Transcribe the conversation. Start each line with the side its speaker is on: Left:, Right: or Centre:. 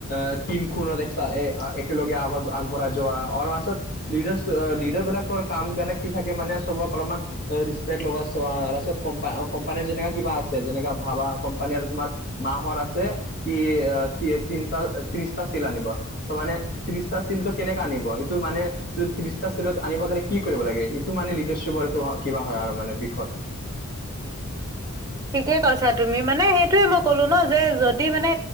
Left: এ, <unintelligible> এ, একেলগে আগত, আগবঢ়ায় যোৱা। <unintelligible> লিডাৰ, লিডাৰ বিলাকৰ, কাম মানে, কি থাকে মানে? চবক অলপমান অ'! ৰেস্পেক্ট লগা চোৱা। <unintelligible> কম্পা, কম্পানীত যেনেকা কিবা আছে, যেনেকা ভাবা! কোম্পানী আৰু তোমাৰ মাহৰ আছে। কি, আঁ তিনটা, ত্ৰিশটা চিল আনিব? ত' মানে, ত্ৰিশটা চিলটো কেনেকা আনিব? এইটো মানে, ত্ৰি ত্ৰিছটা চিৰত আনিব কাৰণে কি কৰিব লাগে? এইটো মানে লিডাৰশ্বিপৰ কিবা হয় আৰু মানে বিষয়।
Right: ঠিকে কৈছা তুমি। মানে সেইটোৱে মই ক'লো ন যে যদি মানে